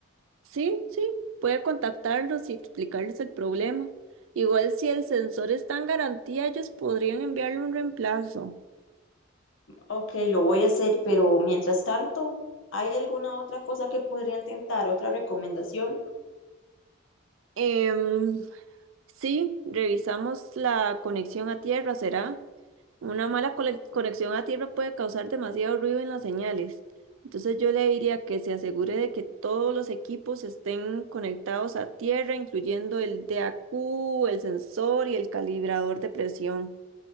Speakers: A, on the right; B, on the left.
A: sí, sí, puede contactarlos y explicarles el problema. Igual si el sensor está en garantía, ellos podrían enviarle un reemplazo.
B: Ok, lo voy a hacer, pero mientras tanto, ¿hay alguna otra cosa que podría intentar? ¿Otra recomendación?
A: Em, Sí, revisamos la conexión a tierra, ¿será? Una mala cole- conexión a tierra puede causar demasiado ruido en las señales. Entonces yo le diría que se asegure de que todos los equipos estén conectados a tierra, incluyendo el DAQ, el sensor y el calibrador de presión.